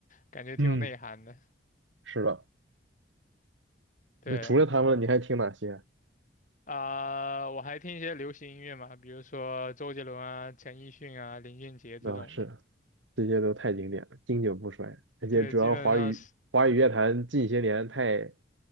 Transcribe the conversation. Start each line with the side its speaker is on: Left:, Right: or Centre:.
Left: 感觉挺有内涵的。
Right: 嗯，是的。
Left: 对，
Right: 那除了他们，你还听哪些？
Left: 啊、我还听一些流行音乐嘛，比如说周杰伦啊、陈奕迅啊、林俊杰这种的。
Right: 啊，是，这些都太经典了，经久不衰。而且主要华语华语乐坛近些年太
Left: 对，基本上是，